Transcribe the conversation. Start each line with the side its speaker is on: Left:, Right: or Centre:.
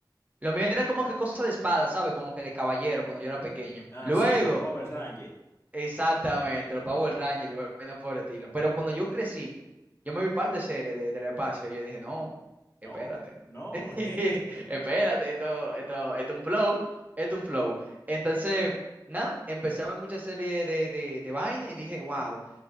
Right: Lo mío era como que cosa de espada, ¿sabes? Como que de caballero cuando yo era pequeño.
Left: Ah,
Right: Luego,
Left: sí, los Power Rangers.
Right: exactamente, los Power Rangers y vaina por el estilo. Pero cuando yo crecí, yo me vi par de series de, del espacio y yo dije, no, espérate.
Left: No, no.
Right: <laughs>
Left: <laughs>
Right: Espérate, esto, esto, esto es un flow, esto es un flow. Entonces, nada, empecé a ver muchas series de, de, de vaina y dije, wow.